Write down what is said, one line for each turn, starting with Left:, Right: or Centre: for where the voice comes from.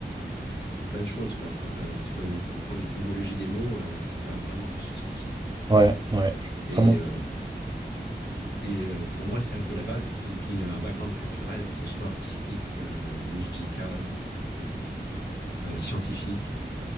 Left: tu comprends plein de choses, quoi. Quand tu comprends l'étymologie des mots, euh, ça a vraiment du sens, quoi.
Right: Ouais, ouais,
Left: Et,
Right: totalement.
Left: euh, et euh, pour moi, c'est un peu la base. Et puis, et puis, un background culturel, que ce soit artistique, euh, musical, euh, euh, scientifique